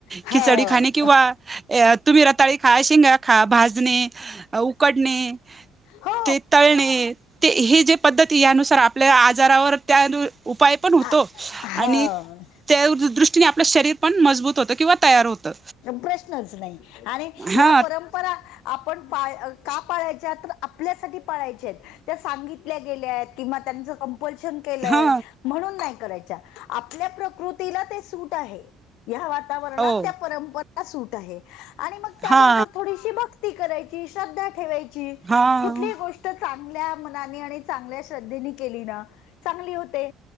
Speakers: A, on the left (about 85°); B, on the right (about 15°).
A: हो
B: खिचडी खाणे किंवा ऐ तुम्ही रताळी खा, शेंगा खा भाजणे, उकडणे.
A: हो
B: ते तळणे, ते हे जे पद्धती यानुसार आपल्या आजारावर त्या उपाय पण होतो,
A: आ- हो
B: आणि, त्या दु - दृष ष्टीने आपलं शरीर पण मजबूत होतं किंवा तयार होतं.
A: प्रश्नच नाही, आणि या
B: हा
A: परम परा आपण पा का पाळायच्या तर आपल्यासाठी पाळायच्या आहेत. त्या सांगितल्या गेल्यात किंवा त्याच पलशन केलंय
B: हा
A: म्हणून नाही करायच्या आपल्या प्रकृतीला ते सूट आहे. ह्या वातावरणात
B: हो
A: त्या परंपरा सूट आहे, आणि मग त्याबरोबर
B: हा
A: थोडीशी भक ती करायची श्रद्धा ठेवायची,
B: हा
A: कुठली गोष् ट चांगल्या मनाने आणि चांगल्या श्रद्धेनी केली ना चांगली होते.